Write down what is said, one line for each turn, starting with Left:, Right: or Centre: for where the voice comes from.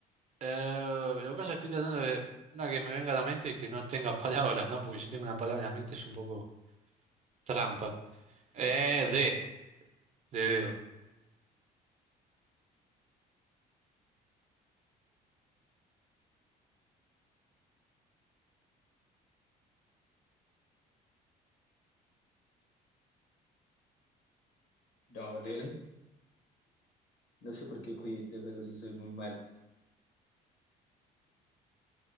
Right: Eh, lo que pasa es que estoy tratando de una que me venga a la mente y que no tenga <laughs> palabras, ¿no? Porque si tengo una palabra en la mente es un poco trampa. Eh, de de dedo.
Left: No, de él, no sé por qué cogí este juego si soy muy malo.